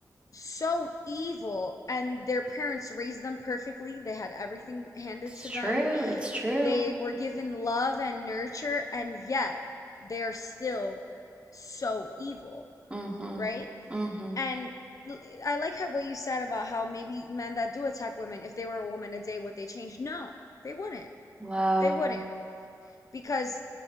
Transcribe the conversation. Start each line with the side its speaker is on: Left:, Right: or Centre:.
Left: so evil and their parents raised them perfectly. They had everything handed
Right: It's
Left: to
Right: true,
Left: them.
Right: it's true.
Left: They were given love and nurture, and yet they are still so evil,
Right: Mhm.
Left: right?
Right: Mhm.
Left: And I like how what you said about how maybe men that do attack women, if they were a woman today, would they change? No, they wouldn't.
Right: Wow.
Left: They wouldn't because